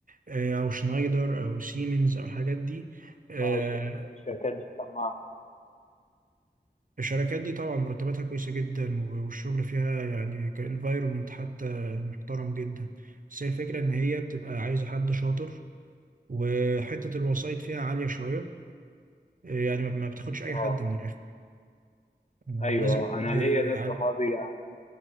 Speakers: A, on the right; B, on the left.
A: آه، أو شنايدر أو سيمنز أو الحاجات دي آه،
B: اه الش- الشركات دي مسمعة
A: الشركات دي طبعا مرتباتها كويسة جدا و- والشغل فيها يعني كانفايرومنت حتى محترم جدا بس هي الفكرة إن هي بتبقى عايزة حد شاطر وحتة الوسائط فيها عالية شوية يعني ما ما بتاخدش أي
B: اه
A: حد من الآخر آه،
B: ايوه
A: لازم حد
B: انا ليا ناس
A: عال...
B: صحابي عاملين